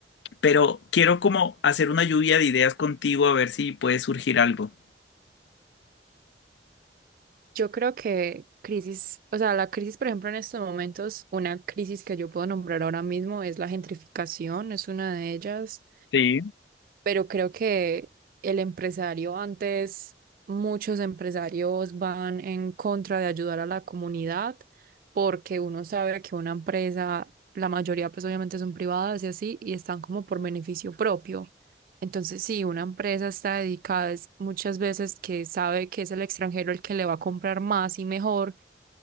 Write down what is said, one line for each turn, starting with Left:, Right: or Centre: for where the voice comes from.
Left: pero quiero como hacer una lluvia de ideas contigo a ver si puede surgir algo.
Right: Yo creo que crisis, o sea, la crisis, por ejemplo, en estos momentos, una crisis que yo puedo nombrar ahora mismo es la gentrificación, es una de ellas
Left: sí
Right: pero creo que el empresario antes, muchos empresarios van en contra de ayudar a la comunidad porque uno sabe que una empresa, la mayoría pues obviamente son privadas y así, y están como por beneficio propio. Entonces, sí, una empresa está dedicada es muchas veces que sabe que es el extranjero el que le va a comprar más y mejor,